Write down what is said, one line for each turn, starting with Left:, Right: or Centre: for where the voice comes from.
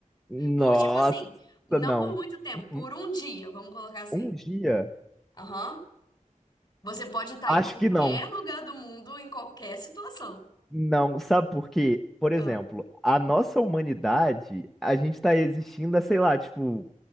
Centre: Nossa,
Left: Por, tipo assim, não
Centre: não.
Left: por muito tempo, por
Centre: Um
Left: um dia, vamos colocar assim.
Centre: um um dia,
Left: Aham. Você pode estar
Centre: acho
Left: em qualquer
Centre: que não.
Left: lugar do mundo, em qualquer situação.
Centre: Não, sabe por quê? Por exemplo,
Left: Ah,
Centre: a nossa humanidade, a gente tá existindo há, sei lá, tipo,